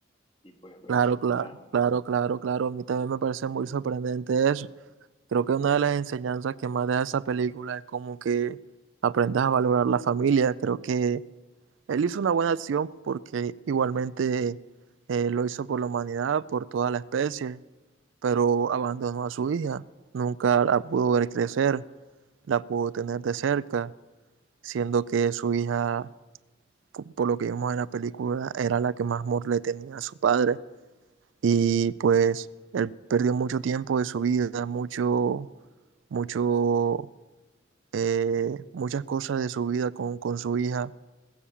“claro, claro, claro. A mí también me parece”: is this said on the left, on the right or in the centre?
Right